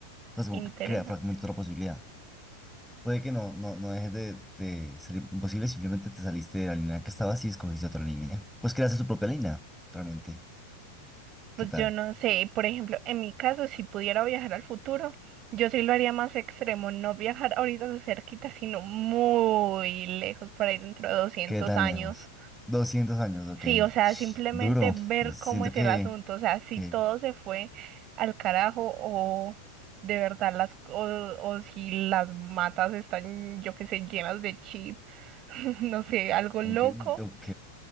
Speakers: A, in the centre; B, on the right.
A: Entonces
B: Interesante.
A: como que crea fragmentos de otra posibilidad. Puede que no, no, no dejes de, de ser imposible, simplemente te saliste de la línea que estabas y escogiste otra línea. Pues creaste tu propia línea, realmente.
B: Pues
A: ¿Qué tal?
B: yo no sé, por ejemplo, en mi caso, si pudiera viajar al futuro, yo sí lo haría más extremo, no viajar ahorita de cerquita, sino muy lejos, por ahí dentro de 200
A: ¿Qué tan
B: años.
A: lejos? doscientos años, ok.
B: Sí, o sea, simplemente
A: Duro.
B: ver
A: Yo siento
B: cómo es
A: que,
B: el asunto, o sea, si
A: que,
B: todo se fue al carajo o de verdad las o, o si las matas están, yo qué sé, llenas de chip, <laughs> no sé, algo loco.
A: ok, ok.